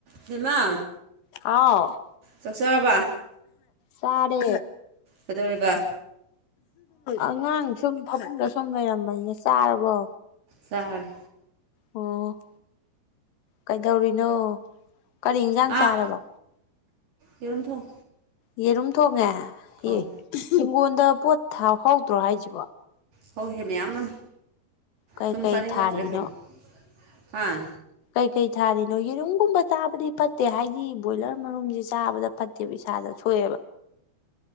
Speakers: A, on the right; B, on the left.
A: ꯏꯕꯦꯝꯃꯥ
B: ꯍꯥꯎ
A: ꯆꯥꯛꯆꯥꯔꯕ
B: ꯆꯥꯔꯦ
A: ꯀꯩꯗꯧꯔꯤꯕ
B: ꯑꯉꯥꯡ ꯁꯨꯝ ꯐꯃꯨꯡꯗ ꯁꯨꯝ ꯂꯩꯔꯝꯕꯅꯤꯗ ꯆꯥꯔꯕꯣ
A: ꯆꯥꯔꯦ
B: ꯍ‌ꯣ ꯀꯩꯗꯧꯔꯤꯅꯣ ꯀꯔꯤ ꯏꯟꯁꯥꯡ
A: ꯑꯥ
B: ꯆꯥꯔꯕ
A: ꯌꯦꯔꯨꯝ ꯊꯣꯡ
B: ꯌꯦꯔꯨꯝ ꯊꯣꯡꯉꯦ
A: ꯑꯧ
B: ꯑꯦ ꯍꯤꯡꯒꯣꯟꯗ ꯄꯣꯠ ꯊꯥꯍꯧꯗ꯭ꯔꯣ ꯍꯥꯏꯁꯤꯕꯣ
A: ꯍꯧꯋꯤꯍꯦ ꯃꯌꯥꯝꯃ
B: ꯀꯩꯀꯩ
A: ꯁꯨꯝ ꯆꯥꯅꯤꯡ
B: ꯊꯥꯔꯤꯅꯣ
A: ꯉꯛꯇꯔꯦ ꯀꯩꯅꯣ ꯍꯥꯥ
B: ꯀꯩꯀꯩ ꯊꯥꯔꯤꯅꯣ ꯌꯦꯔꯨꯝꯒꯨꯝꯕ ꯆꯥꯕꯗꯤ ꯐꯠꯇꯦ ꯍꯥꯏꯗꯤ ꯕꯣꯏꯂ ꯭ꯔ ꯃꯔꯨꯝꯁꯦ ꯆꯥꯕꯗ ꯐꯠꯇꯦꯕ ꯏꯁꯥꯗ ꯁꯣꯛꯑꯦꯕ